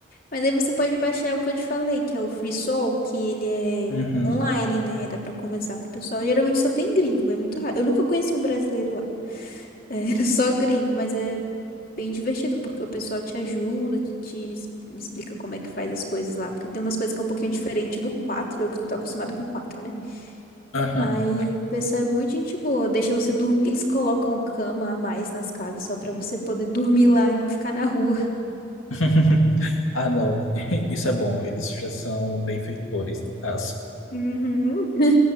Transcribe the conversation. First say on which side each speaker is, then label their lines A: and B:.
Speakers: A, on the left; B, on the left.
A: Mas aí você pode baixar o que eu te falei, que é o FreeSol, que ele é
B: Uhum,
A: online, né? Aí dá pra conversar com o pessoal. Geralmente só tem gringo, é muito raro. Eu nunca conheci um brasileiro lá. <laughs> Era só gringo, mas é bem divertido, porque o pessoal te ajuda, te, te es- explica como é que faz as coisas lá. Porque tem umas coisas que é um pouquinho diferente do 4 eu que tô acostumada com quatro né?
B: aham.
A: Aí o pessoal é muito gente boa, deixa você dormir. Eles colocam cama a mais nas casas só pra você poder dormir lá e não ficar na rua.
B: <laughs> Ah, não. <laughs> Isso é bom. Eles já são benfeitores, no caso.
A: Uhum. <laughs>